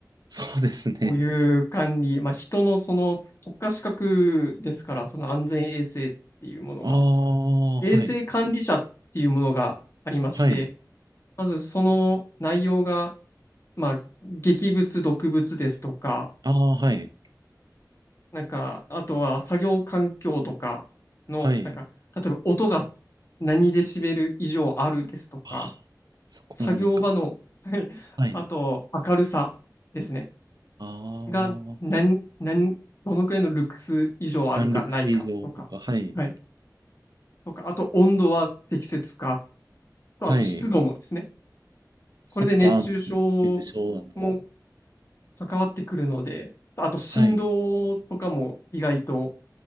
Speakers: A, on the right; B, on the left.
A: そうですね。
B: こういう管理、まあ、人のその国家資格ですから、その安全衛生っていうものが、
A: ああ、
B: 衛生管理者っていうものがありまして、
A: はい。はい。
B: まずその内容が、まあ、劇物、毒物ですとか、
A: ああ、はい。
B: なんか、あとは作業環境とかの、
A: はい。
B: なんか、例えば音が何デシベル以上あるですとか、
A: あそこまでか。
B: 作業場のはい <laughs>
A: はい。
B: あと明るさですね、
A: ああ、
B: が何、何、どのくらいのルクス以上あるかないかとか、
A: サンルクス以上とか、はい。
B: はい、とか、あと温度は適切かと、
A: はい。
B: あと湿度もですね、
A: そっか、
B: これで熱中症
A: あの、優勝だと。
B: も関わってくるので、あと振動とかも意外と、
A: はい。